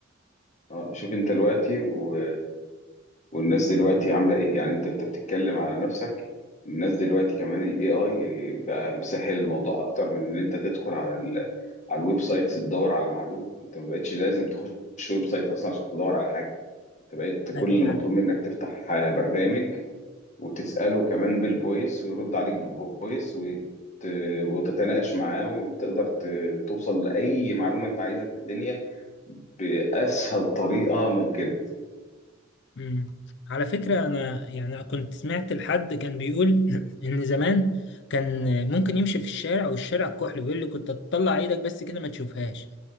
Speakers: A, on the left (about 35°); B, on the left (about 60°).
A: اه شوف انت دلوقتي و... والناس دلوقتي عامله ايه يعني انت انت بتتكلم على نفسك الناس دلوقتي كمان الاي اي بقى مسهل الموضوع اكتر من ان انت تدخل على ال... على الويب سايت تدور على معلومه انت ما بقتش لازم تخش ويب سايت اصلا عشان تدور على حاجه انت بقيت كل
B: ايوه
A: اللي مطلوب منك تفتح آه، برنامج وتساله كمان بالفويس ويرد عليك بالفويس وت... وتتناقش معاه وتقدر ت... توصل لاي معلومه انت عايزها في الدنيا باسهل طريقه ممكنه
B: مم. على فكرة أنا يعني كنت سمعت لحد كان بيقول <clears throat> إن زمان كان ممكن يمشي في الشارع والشارع كحل بيقول لي كنت تطلع إيدك بس كده ما تشوفهاش